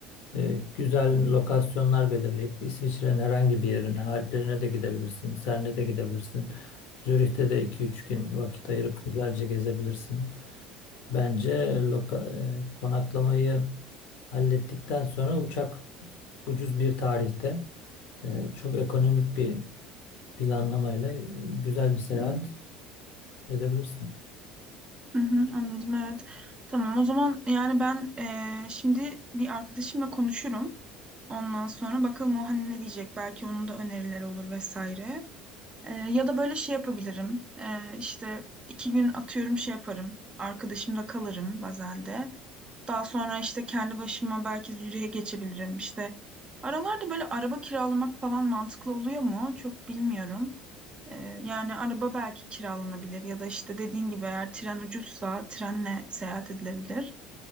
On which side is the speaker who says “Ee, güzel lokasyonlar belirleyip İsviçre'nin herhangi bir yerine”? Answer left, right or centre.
Left